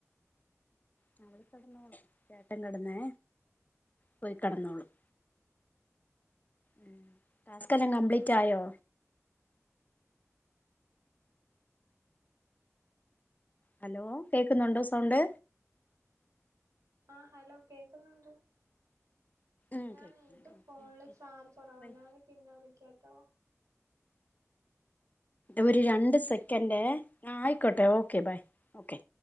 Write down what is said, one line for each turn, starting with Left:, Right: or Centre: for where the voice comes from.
Left: നള് കിടന്നോളാം ചേട്ടൻ കിടന്നേ പോയി കെടന്നോളും ഉം ടാസ്ക് എല്ലാം കംപ്ലീറ്റ് ആയോ ഹലോ കേക്കുന്നുണ്ടോ സൗണ്ട്?
Right: ആഹ ഹലോ കേക്കുന്നുണ്ട്
Left: ഉം
Right: ഞാനേ
Left: കേക്കുന്നുണ്ട്
Right: ന്റെ
Left: ഓക്കെ
Right: ഫോണില്
Left: ഓക്കെ
Right: ചാർജ് കുറവാ
Left: ബൈ
Right: പിന്നെ വിളിക്കാട്ടോ
Left: ഒരു രണ്ട് സെക്കന്റെ ആയിക്കോട്ടെ ഓക്കെ ബൈ ഓക്കെ